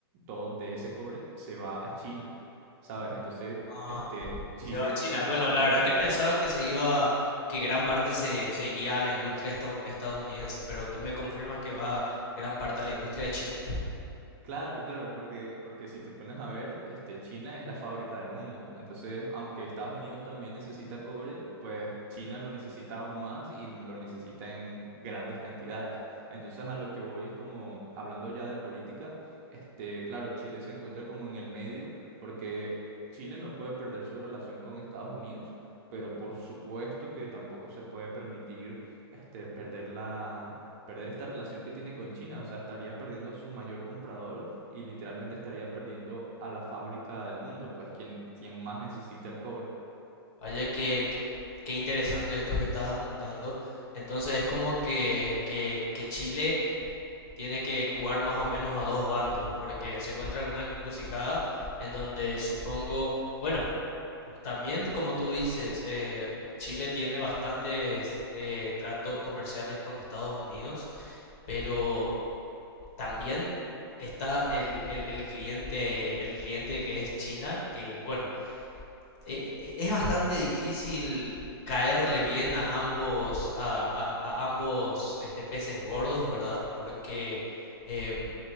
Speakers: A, on the right; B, on the left.
A: todo de ese cobre se va a China, ¿sabes? Entonces,
B: Ah,
A: este, Chile,
B: se va a China.
A: Chile
B: Bueno,
A: se encuentra...
B: la verdad que pensaba que se iba, que gran parte se, se iría a la industria estad- estadounidense, pero tú me confirmas que va gran parte a la industria de China.
A: Claro, claro, porque, porque si te pones a ver, este, China es la fábrica del mundo. Entonces, aunque Estados Unidos también necesita cobre, pues China lo necesita aún más y lo necesita en grandes cantidades. Entonces, a lo que voy es como, hablando ya de política, este, claro, Chile se encuentra como en el medio, porque Chile no puede perder su relación con Estados Unidos, pero por supuesto que tampoco se puede permitir, este, perder la perder esta relación que tiene con China. O sea, estaría perdiendo a su mayor comprador y literalmente estaría perdiendo a la fábrica del mundo, pues quien, quien más necesita el cobre.
B: Vaya que, que- qué interesante esto que estás apuntando. Entonces es como que, que, que Chile tiene que jugar más o menos a dos bandos, porque se encuentra en una encrucijada en donde supongo, bueno, también como tú dices, eh, Chile tiene bastantes eh, tratos comerciales con Estados Unidos, pero también está el, el- el cliente, el cliente que es China, que bueno, eh, eh, es bastante difícil caerle bien a ambos, a, a- a ambos este, peces gordos, ¿verdad? Porque, em,